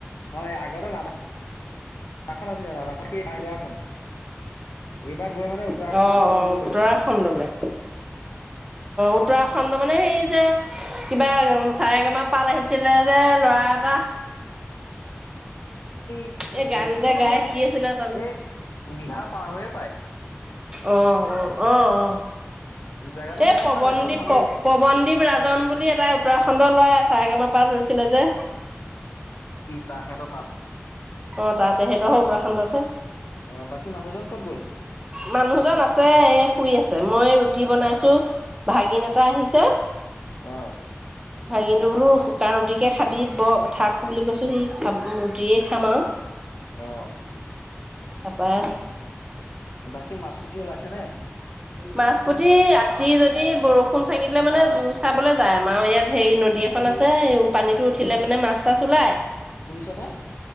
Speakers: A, on the left (about 80°); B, on the right (about 20°).
A: হয় আগতে লাডাখ <unintelligible>
B: অ,
A: উত্তৰাখণ্ডত
B: অ,
A: জইন কৰিব
B: উত্তৰাখণ্ডলৈ।
A: লাগিব
B: অ, উত্তৰাখণ্ড মানে হেৰি যে, কিবা চাৰেগামা পাত আহিছিলে যে ল'ৰা এটা।
A: <unintelligible>
B: এই গান
A: বেছি
B: যে
A: দূৰ নহয়।
B: গাই কি আছিলে তাৰ নাম?
A: এই বিহাৰ পাৰ হৈয়ে পায়।
B: অ, অ। অ, অ,
A: জেগাটো
B: এই
A: বেয়া
B: পৱনদ্বীপ
A: নহয় জেগাটো ভালেই
B: প পৱনদ্বীপ ৰাজন বুলি এটা উত্তৰাখণ্ড ল'ৰা আছি <inaudible> ৰৈছিলে যে।
A: তাহাঁতৰ তাত।
B: অ' তাতে সেইখিনি উত্তৰাখণ্ডত হে।
A: অ বাকী মানুহজন ক'ত গ'ল
B: মানুহজন আছে, এই শুই আছে মই এই ৰুটি বনাইছোঁ। ভাগিন
A: অ
B: এটা আহিছে।
A: অ
B: ভাগিনটো বোলো শুকান ৰুটিকে খাবি ব'হ। থাক বুলি কৈছো সি <unintelligible> ৰুটিয়ে খাম আৰু
A: অ অ
B: তাৰপৰা
A: বাকী মাছ-পুঠি ওলাইছে নে?
B: মাছ-পুথি ৰাতি যদি বৰষুণ <inaudible> চাগিলে মানে
A: আ আ
B: জোৰ চাবলে যাই আমাৰো ইয়াত। হেৰি নদী
A: হেল্ল'
B: এখন আছে এই পানীটো উঠি উঠিলে মানে মাছ-চাছ ওলাই।
A: শুনিছেনে?